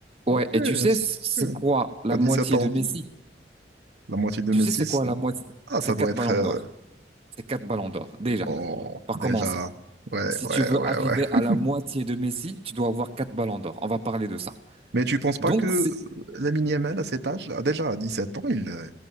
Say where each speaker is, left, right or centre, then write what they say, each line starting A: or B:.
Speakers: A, on the right; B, on the right.
A: ouais,
B: Ok.
A: et tu sais,
B: Ok.
A: c'est quoi la
B: T'as
A: moitié
B: sept ans.
A: de Messi?
B: La moitié de
A: Tu
B: mes
A: sais,
B: 6.
A: c'est quoi la moitié?
B: Ah,
A: C'est
B: ça doit
A: quatre
B: être.
A: ballons
B: euh,
A: d'or. C'est quatre ballons d'or, déjà,
B: Bon,
A: par
B: déjà.
A: commencer.
B: Ouais,
A: Si
B: ouais,
A: tu veux
B: ouais,
A: arriver
B: ouais.
A: à la
B: <laughs>
A: moitié de Messi, tu dois avoir quatre ballons d'or. On va parler de ça.
B: Mais tu penses pas
A: Donc,
B: que euh,
A: c'est
B: Lamine Yamal, à cet âge, a déjà à dix sept ans, il, euh,